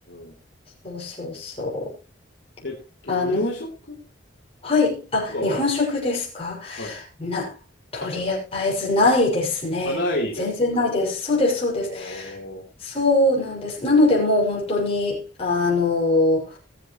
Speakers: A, on the left; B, on the left.
A: んうん。
B: そうそうそう。
A: えっと、
B: あの、
A: 日本食
B: はい。あ、
A: とかは、
B: 日本食ですか
A: はい、
B: な、とりあえずないですね。
A: あったんです。あ、ないですか。
B: 全然ないです。そうです、そうです。
A: おー。
B: そうなんです。なので、もう本当に、あの、